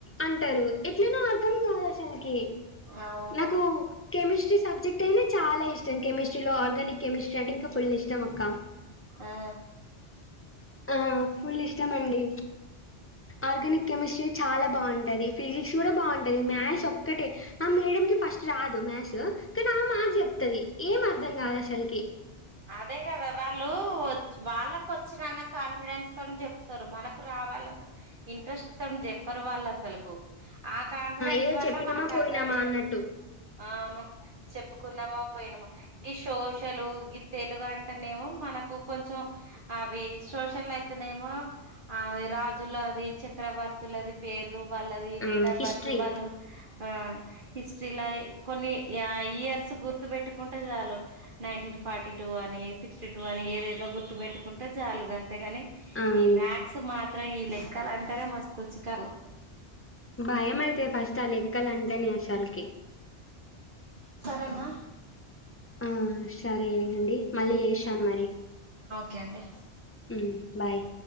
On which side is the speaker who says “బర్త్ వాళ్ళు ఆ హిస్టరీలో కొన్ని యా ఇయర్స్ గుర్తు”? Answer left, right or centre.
Right